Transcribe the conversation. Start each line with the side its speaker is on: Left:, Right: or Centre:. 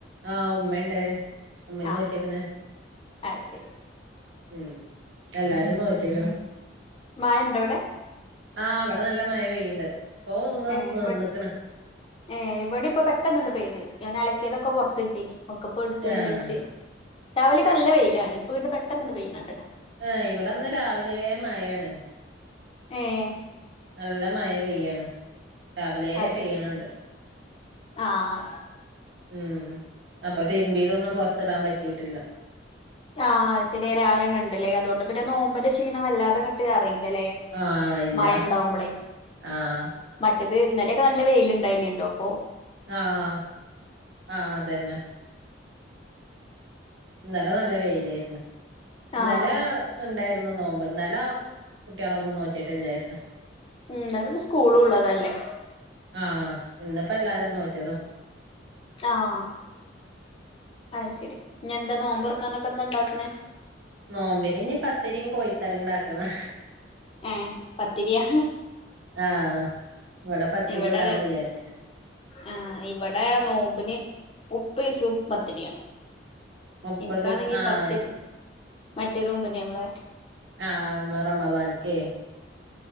Right: ആഹ് ഉമ്മണ്ട്, ഉമ്മിം നോക്കിക്കണ്.
Left: ആഹ് അത് ശെരി
Right: ഉം എല്ലാരും നോക്കിയേക്കണ്.
Left: മഴ ഉണ്ടോ അവിടെ?
Right: ആഹ് ഇവിടെ നല്ല മഴ പെയ്യണ്ട് ഇപ്പോ ഒന്ന്
Left: ഏ
Right: നിർന്നിക്കണ്.
Left: ഇവ ഏ ഇവിടെ ഇപ്പോ പെട്ടെന്നണ്ട് ചെയ്ത്, ഞാൻ അലക്കിയതൊക്കെ പുറത്ത് ഇട്ടീന് ഇപ്പ എടുത്തൊണ്ട്
Right: ആഹ്
Left: വെച്ച് രാവിലെക്കെ നല്ല വെയിലാണ് ഇപ്പോ വിടെ പെട്ടെന്നാണ്ട് പെയ്യിനണ്ട്ണ്.
Right: ആഹ് ഇവിടെന്ന് രാവിലെ മഴയാണ്.
Left: ആഹ്
Right: നല്ല മഴ പെയ്യാണ്, രാവിലെ
Left: അത്
Right: പെയ്യണുണ്ട്.
Left: ശെരി ആഹ്
Right: ഉം അപ്പോ തിരുമ്പിയതൊന്നും പുറത്തിടാൻ പറ്റിയിട്ടില്ല.
Left: ആഹ് ശരി രാവിലെന്നണ്ട്ല്ലേ, അതോണ്ട് പിന്നെ നോമ്പിന്റെ ക്ഷീണം വല്ലാതെ ങ്ങട്ട് അറിയില്ലല്ലേ.
Right: ആഹ് ഇല്ല
Left: മഴേണ്ടാവുമ്പളേ.
Right: ആഹ്
Left: മറ്റത് ഇന്നലെയൊക്കെ നല്ല വെയിൽ ഉണ്ടായിനല്ലോ അപ്പോ
Right: ആഹ് ആഹ് അതന്നെ ഇന്നലെ നല്ല വെയിലായിരുന്നു ഇന്നലെ
Left: ആഹ്
Right: ഉണ്ടായിരുന്നു നോമ്പ്, ഇന്നലെ കുട്ടികളൊന്നും നോറ്റിട്ടില്ലായിരുന്നു.
Left: ഉം ഇന്നലെ പിന്നെ സ്കൂളും ഉള്ളതല്ലേ.
Right: ആഹ് ഇന്നിപ്പോ എല്ലാരും നോറ്റിയതാ.
Left: ആഹ് ആഹ് ശരി ഇഞ്ഞ് എന്താ നോമ്പറക്കാനൊക്കെ എന്താ ഉണ്ടാക്കണേ.
Right: നോമ്പിന് ഇഞ്ഞ് പത്തിരിയും കോഴിക്കറിയും ഉണ്ടാക്കണം.
Left: ഏഹ് പത്തിരിയാ
Right: ആഹ് ഇവിടെ പത്തിരി
Left: ഇവിടെ
Right: ചുടാന്ന് വിചാരിച്ച്
Left: ആഹ് ഇവിടെ നോമ്പിന് മുപ്പതീസോം പത്തിരിയാണ്.
Right: മുപ്പത്
Left: എനിക്കാണെങ്കി
Right: ആഹ്
Left: പത്തിരി മറ്റേ നോമ്പില്ലേ നമ്മളെ
Right: ആഹ് മ്മളെ റമളാൻക്കെ